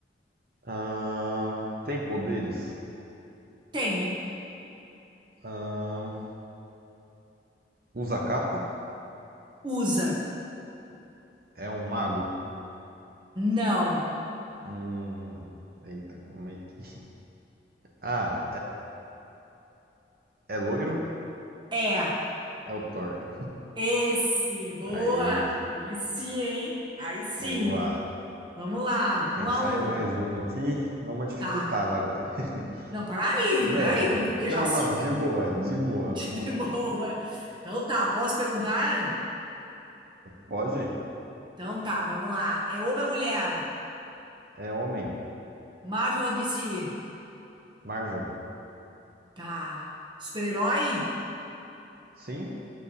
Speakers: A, on the right; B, on the right.
A: Ahn, tem poderes?
B: Tem.
A: Ahn, usa capa?
B: Usa.
A: É um mago?
B: Não.
A: Hum, eita, como é que. Ah, é loiro?
B: É.
A: É o Thor.
B: Esse. Boa.
A: Aí,
B: Aí sim, hein? Aí sim.
A: vamos lá.
B: Vamos lá.
A: tem
B: Um a
A: que sair
B: um.
A: mais um aqui. Dá uma dificultada
B: Tá.
A: agora. <laughs>
B: Não, peraí,
A: Leve.
B: peraí. Não seja
A: Não,
B: assim.
A: não, de boa, de boa. Uma-
B: bebê. <laughs> Boa. Então tá. Posso perguntar?
A: Pode?
B: Então tá. Vamos lá. É homem ou mulher?
A: É homem.
B: Marvel ou DC?
A: Marvel.
B: Tá. Super-herói?
A: Sim?